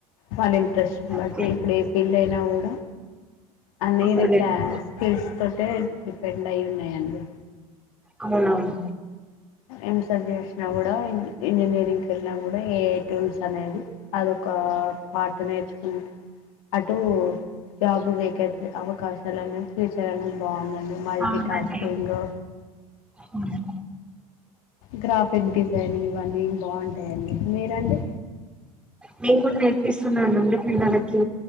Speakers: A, on the left; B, in the centre.
A: వాళ్ళ ఇంట్రెస్ట్
B: ఓకే
A: బట్టి ఇప్పుడు ఏ ఫీల్డ్ అయినా కూడా అనేదే
B: అవునులేండి
A: టా స్కిల్స్ తొ తే డిపెండ్ అయ్యి ఉన్నాయండి.
B: అవ్ నౌను.
A: ఎంసర్ జేస్నా కూడా ఇం ఇంజనీరింగ్కి కెళ్నా కూడా ఏ టూల్స్ అనేది అదొక పార్ట్ నేర్చుకుంట అటు జాబు వేకేట్స్ అవకాశాలనేవి ఫ్యూచర్ అనేది బావుందండి మల్టీ
B: అవునండి
A: టాస్కింగ్ గు
B: ఉమ్
A: గ్రాఫిక్ డిజైనింగ్ ఇవన్నీ బావుంటయండి మీరండి.
B: నేన్ కూడా నేర్పిస్సున్నానండి, పిల్లలకి